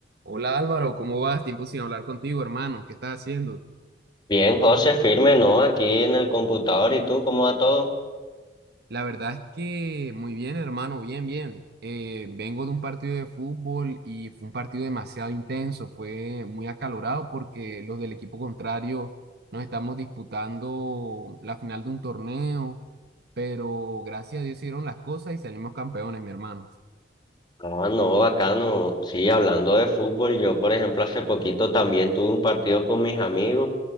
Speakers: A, on the right (about 60°); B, on the left (about 25°).
A: Hola Álvaro, ¿cómo vas? Tiempo sin hablar contigo, hermano. ¿Qué estás haciendo?
B: Bien, José, firme, ¿no? Aquí en el computador, ¿y tú cómo va todo?
A: La verdad es que muy bien, hermano, bien, bien. Eh, vengo de un partido de fútbol y fue un partido demasiado intenso, fue muy acalorado porque los del equipo contrario nos estamos disputando la final de un torneo, pero gracias a Dios hicieron las cosas y salimos campeones, mi hermano.
B: Ah, no, bacano. Sí, hablando de fútbol, yo, por ejemplo, hace poquito también tuve un partido con mis amigos